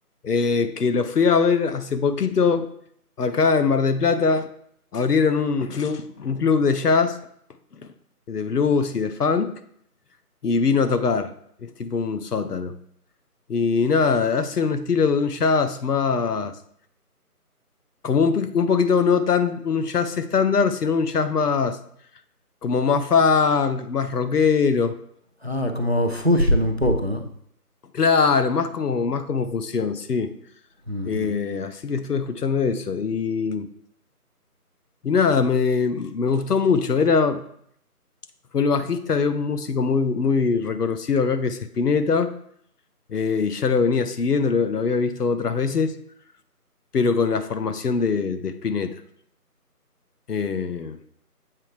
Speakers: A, on the left; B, on the right.
A: eh, que lo fui a ver hace poquito acá en Mar del Plata. Abrieron un club, un club de jazz, de blues y de funk, y vino a tocar. Es tipo un sótano. Y nada, hace un estilo de un jazz más. como un, pi- un poquito no tan un jazz estándar, sino un jazz más, como más funk, más rockero.
B: Ah, como fusion un poco, ¿no?
A: Claro, más como, más como fusión, sí.
B: Ujú,
A: Eh, así que estuve escuchando eso. Y, y nada, me, me gustó mucho. Era, fue el bajista de un músico muy, muy reconocido acá que es Spinetta. eh, y ya lo venía siguiendo, lo, lo había visto otras veces, pero con la formación de, de Spinetta. Eh,